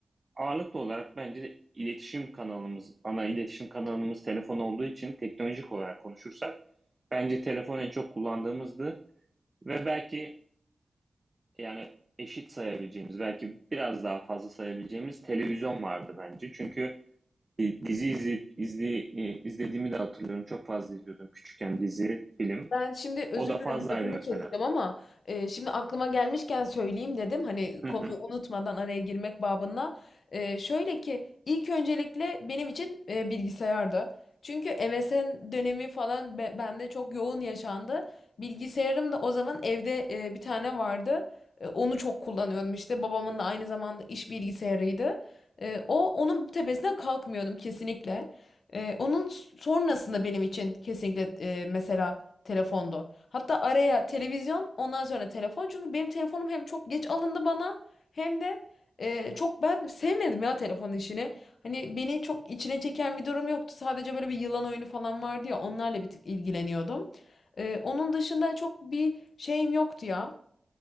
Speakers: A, on the right; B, on the left.
A: ağırlıklı olarak bence iletişim kanalımız, ana iletişim kanalımız telefon olduğu için teknolojik olarak konuşursak bence telefon en çok kullandığımızdı ve belki yani eşit sayabileceğimiz, belki biraz daha fazla sayabileceğimiz televizyon vardı bence. Çünkü e, Dizi izle, izle- e, izlediğimi de hatırlıyorum. Çok fazla izliyordum küçükken dizi, film.
B: Ben şimdi özür
A: O da
B: dilerim
A: fazlaydı
B: lafını
A: mesela.
B: keseceğim ama e, şimdi aklıma gelmişken söyleyeyim dedim. Hani
A: Hı
B: konuyu
A: hı.
B: unutmadan araya girmek babında. E, şöyle ki ilk öncelikle benim için e, bilgisayardı. Çünkü MSN dönemi falan be- bende çok yoğun yaşandı. Bilgisayarım da o zaman evde e, bir tane vardı. E, onu çok kullanıyordum işte. Babamın da aynı zamanda iş bilgisayarıydı. E, o onun tepesine kalkmıyordum kesinlikle. E, onun sonrasında benim için kesinlikle e, mesela Telefondu. Hatta araya televizyon ondan sonra telefon. Çünkü benim telefonum hem çok geç alındı bana hem de e, çok ben sevmedim ya telefon işini. Hani beni çok içine çeken bir durum yoktu. Sadece böyle bir yılan oyunu falan vardı ya onlarla bir tık ilgileniyordum. E, onun dışında çok bir şeyim yoktu ya.